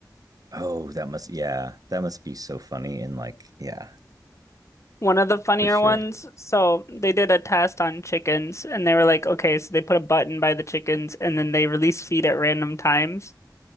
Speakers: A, on the right; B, on the left.
A: oh, that must, yeah, that must be so funny. And like, yeah,
B: one of the funnier
A: for sure.
B: ones. So they did a test on chickens and they were like, okay, so they put a button by the chickens and then they release feed at random times.